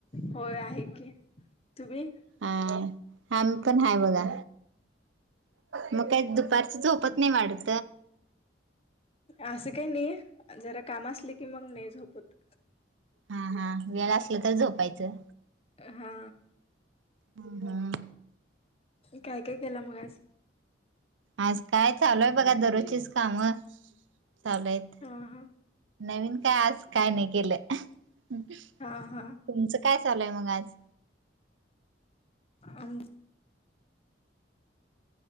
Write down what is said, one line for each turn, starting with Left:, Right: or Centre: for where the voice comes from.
Left: होय आहे की तुम्ही
Right: हा. आम्ही पण हाय बघा. म काय दुपारची झोपत नाही वाढत
Left: आस काय नाही जरा काम असले की मग नाही झोपत.
Right: हा. हा. वेळ आसल तर झोपायचं
Left: हा
Right: हम
Left: काय काय केलं मग आज
Right: आज काय चालूय बघा दररोजीच काम चालू आहेत.
Left: हा हा
Right: नवीन काय आज काय नाही केलं तुमचं
Left: हा हा
Right: काय चालू आहे मग आज
Left: आमचं